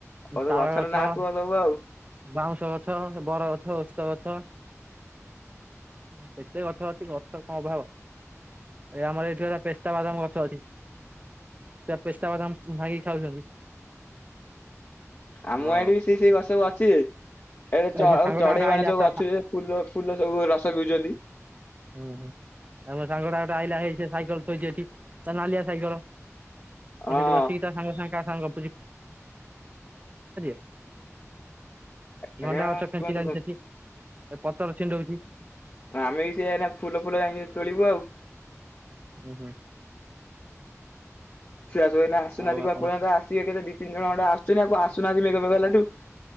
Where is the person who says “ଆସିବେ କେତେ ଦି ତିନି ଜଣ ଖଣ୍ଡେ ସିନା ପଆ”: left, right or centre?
Left